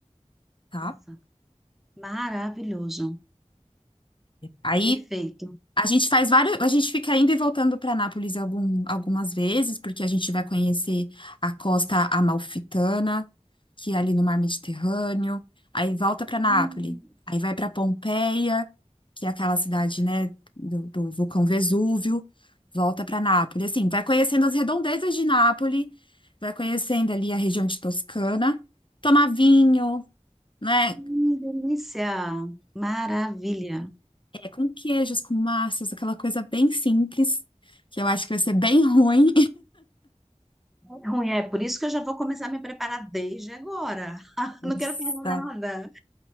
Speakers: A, on the left; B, in the centre.
A: tá?
B: nossa, maravilhoso.
A: Aí
B: Perfeito.
A: A gente faz vários, a gente fica indo e voltando para Nápoles algum- algumas vezes, porque a gente vai conhecer a costa amalfitana, que é ali no Mar Mediterrâneo, aí volta para
B: Hum.
A: Nápoles, aí vai para Pompeia, que é aquela cidade, né, do, do vulcão Vesúvio, volta para Nápoles. Assim, vai conhecendo as redondezas de Nápoles, vai conhecendo ali a região de Toscana, tomar vinho, né?
B: Hum, delícia! Maravilha!
A: É com queijos, com massas, aquela coisa bem simples, que eu acho que vai ser bem ruim.
B: É Ruim, é por isso que eu já vou começar a me preparar desde agora. <laughs>
A: <laughs> Exato.
B: Não quero perder nada.